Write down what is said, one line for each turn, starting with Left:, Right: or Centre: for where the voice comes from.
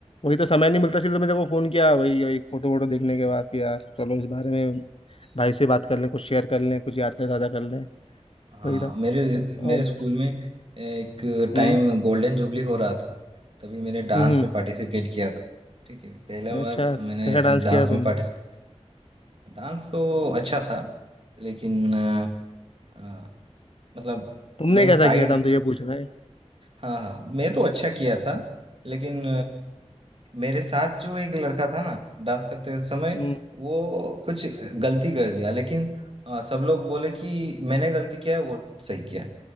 Left: वही तो समय नहीं मिलता इसलिए तो मैंने को फोन किया वही वही फोटो वोटो देखने के बाद कि यार चलो इस बारे में भाई से बात कर लें कुछ शेयर कर लें कुछ यादें ताज़ा कर लें
Right: हाँ
Left: वही था
Right: मेरे
Left: और
Right: मेरे स्कूल में एक टाइम
Left: हम्म
Right: गोल्डन जुबली हो रहा था तभी मैंने डांस
Left: हम्म
Right: में पार्टिसिपेट किया था ठीक है पहला
Left: हम्म,
Right: बार
Left: अच्छा
Right: मैंने
Left: कैसा डांस
Right: डांस
Left: किया
Right: में
Left: तुमने
Right: पार्टिसिपेट डांस तो अच्छा था लेकिन अ, अ, मतलब
Left: तुमने
Right: मैं
Left: कैसा
Right: साइड
Left: किया था हम तो ये पूछ रहे हैं
Right: हाँ हाँ मैं तो अच्छा किया था लेकिन मेरे साथ जो एक लड़का था ना डांस करते समय
Left: हम्म
Right: वो कुछ गलती कर दिया लेकिन अ, सब लोग बोले कि मैंने गलती किया है वो सही किया है